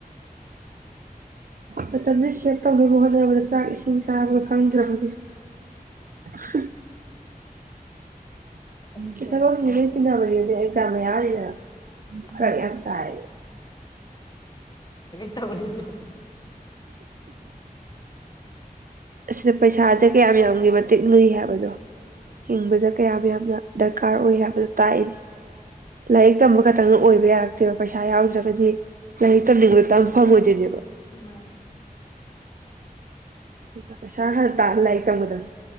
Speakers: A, on the right (about 65°); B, on the left (about 30°).
A: ꯃꯇꯝꯖꯦ ꯁꯦꯚ ꯇꯧꯅꯕ ꯍꯣꯠꯅꯕꯗ ꯆꯥꯛ ꯏꯁꯤꯡ ꯆꯥꯕ ꯈꯪꯗ꯭ꯔꯕꯅꯦ ꯍꯥ
B: ꯈꯪꯗ꯭ꯔꯕꯅꯤ
A: ꯃꯤ ꯊꯕꯛꯄꯨꯗꯤ ꯂꯣꯢ ꯆꯤꯟꯅꯕꯅꯤ ꯑꯦꯛꯖꯥꯝ ꯃꯌꯥꯅꯤꯅ ꯐꯔꯛ
B: ꯍꯣꯏ
A: ꯌꯥꯝ ꯇꯥꯏ
B: ꯇꯧꯔꯤꯖꯦ
A: ꯑꯁꯤꯗ ꯄꯩꯁꯥꯖꯦ ꯀꯌꯥꯝ ꯌꯥꯝꯒꯤ ꯃꯇꯤꯛ ꯂꯨꯏ ꯍꯥꯏꯕꯗꯣ ꯍꯤꯡꯕꯗ ꯀꯌꯥꯃꯨ ꯌꯥꯝꯅ ꯗꯔꯀꯥꯔ ꯑꯣꯏ ꯍꯥꯏꯕꯗꯨ ꯇꯥꯛꯏꯅꯤ ꯂꯥꯏꯔꯤꯛ ꯇꯝꯕ ꯈꯛꯇꯪꯗ ꯑꯣꯏꯕ ꯌꯥꯔꯛꯇꯦꯕ ꯄꯩꯁꯥ ꯌꯥꯎꯗ꯭ꯔꯒꯗꯤ ꯂꯥꯏꯔꯤꯛ ꯇꯝꯅꯤꯡꯕ ꯇꯝ ꯐꯪꯉꯣꯏꯗꯣꯏꯅꯤ
B: ꯃꯥꯅꯤ
A: ꯑꯗꯨꯅ ꯄꯩꯁꯥ ꯈ ꯒꯛ ꯇꯥꯜꯂ ꯂꯥꯏꯔꯤꯛ ꯇꯝꯒꯗꯃꯤ